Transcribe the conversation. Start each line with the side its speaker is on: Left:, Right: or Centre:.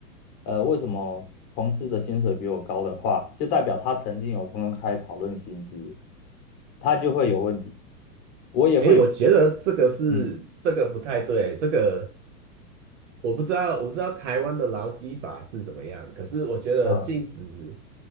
Left: 呃，为什么同事的薪水比我高的话，就代表他曾经有公开讨论薪资，他就会有问题，我也会有。
Right: 诶，我觉得这个是这个不太对，
Left: 嗯，
Right: 这个我不知道，我不知道台湾的劳基法是怎么样，可是我觉得禁止，
Left: 呃，